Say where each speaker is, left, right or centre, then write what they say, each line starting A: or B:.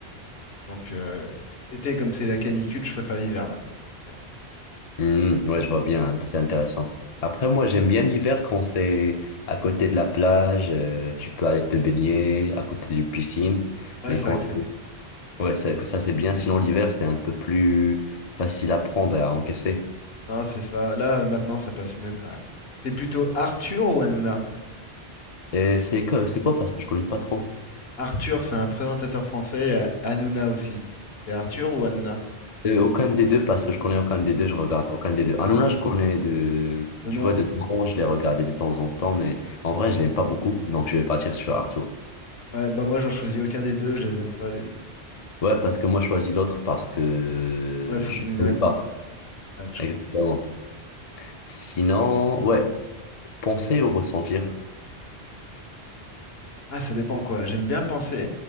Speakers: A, on the left (about 65°); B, on the left (about 45°).
A: Donc euh, l'été comme c'est la canicule, je préfère l'hiver maintenant, il fait frais.
B: Hmm, ouais, je vois bien, hein, c'est intéressant. Après, moi, j'aime bien l'hiver quand c'est à côté de la plage, euh, tu peux aller te baigner à côté d'une piscine.
A: Ouais,
B: Mais
A: c'est
B: quand,
A: vrai que c'est bien.
B: ouais, ça, que ça c'est bien. Sinon, l'hiver, c'est un peu plus facile à prendre et à encaisser.
A: Non, c'est ça. Là maintenant ça passe mieux quand même. T'es plutôt Arthur ou Hanouna?
B: Et c'est quoi, c'est quoi parce que je connais pas trop.
A: Arthur c'est un présentateur français, et Hanouna aussi. C'est Arthur ou Hanouna?
B: Euh, aucun des deux, parce que je connais aucun des deux, je regarde aucun des deux. Hanouna, je connais de,
A: De nom.
B: tu vois, de nom, je l'ai regardé de temps en temps, mais en vrai, je l'aime pas beaucoup, donc je vais partir sur Arthur.
A: Ouais, bah moi j'en choisis aucun des deux, je les aime pas les deux.
B: Ouais, parce que moi, je choisis l'autre parce que
A: Ouais, faut
B: je
A: donner
B: ne
A: une
B: connais
A: réponse.
B: pas.
A: Ah, je
B: Exactement.
A: comprends.
B: Sinon, ouais, penser ou ressentir.
A: Ah, ça dépend quoi. J'aime bien penser,